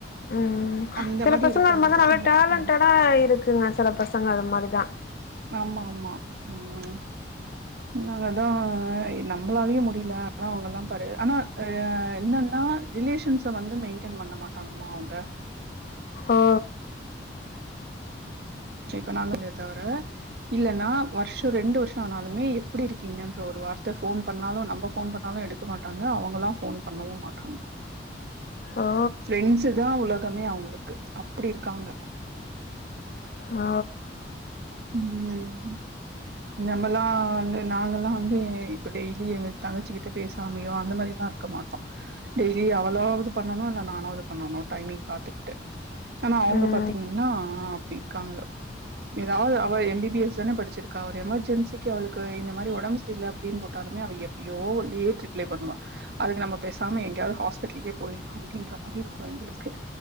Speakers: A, on the left; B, on the right.
A: ம்
B: அந்த
A: செல பசங்க
B: இருக்காங்க
A: அது மாரி
B: பசங்க
A: நல்லா டேலண்ட்டடா இருக்குங்க செல பசங்க அது மாரிதா
B: ஆமா ஆமா ம் நாங்க அதா நம்பளாலயு முடியல ஆனா அவங்கள்லா பாரு ஆனா ஆ என்னன்னா ரிலேஷன்ஸ வந்து மெயின்டென் பண்ண மாட்டாங்கம்மா அவுங்க
A: ஓ
B: <unintelligible> ஆளுங்கள தவிர இல்லன்னா வருஷ ரெண்டு வருஷ ஆனாலுமே எப்டி இருக்கீங்கன்ற ஒரு வார்த்த ஃபோன் பண்ணாலு நம்ப ஃபோன் பண்ணாலு எடு க்க மாட்டாங்க அவுங்களா ஃபோன் பண்ணவு மாட்டாங்க
A: ஓ
B: ஃப்ரெண்ட்ஸு தா உலகமே அவுங்களுக்கு அப்டி இருக்காங்க
A: ஆ
B: ம் நம்மள்லா வந்து நாங்கள்லா வந்து இப்போ டெய்லி எங்க தங்கச்சிக்கிட்ட பேசாமையோ அந்த மாரில்லா இரு க்க மாட்டோ டெய்லி அவளாவது பண்ணனு இல்ல நானாவது பண்ணனு டைமிங் பாத்துக்கிட்டு ஆனா அவுங்க
A: ம்
B: பாத்தீங்கன்னா அப்டி இருக்காங்க ஏதாவது அவ எம் பி பி எஸ் தானே படிச்சிருக்கா ஒரு எமர்ஜென்சிக்கு அவளுக்கு இந்த மாரி ஒடம்பு சரியல்ல அப்டின்னு போட்டாலுமே அவ எப் யோ லேட் ரிப்ளை பண்ணுவா அதுக்கு நம்ப பேசாம எங்கயாது ஹாஸ்பிட்டலுக்கே போயிட்லா அப்டின்ற மாரி இருக்கு எங்களுக்கு